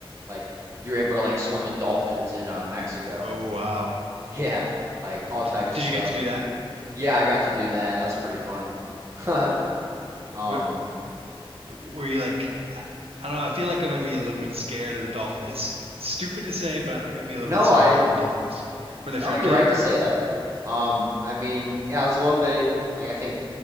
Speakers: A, on the right; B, on the right.
A: Like you are able to like swim with dolphins in uh, Mexico.
B: Oh wow,
A: Yeah, like all types
B: did did
A: of stuff.
B: you get to do that?
A: Yeah, I got to do that. That was pretty fun. <laughs> Um,
B: Were, were you like? I I don't know. I feel like I might be a little bit scared of the dolphin. It's stupid to say, but I think I'd be a little
A: no,
B: bit scared
A: I
B: of the dolphins. Were they
A: no,
B: friendly
A: you're right to
B: or?
A: say that. Um, I mean, yeah, I was a little bit like I think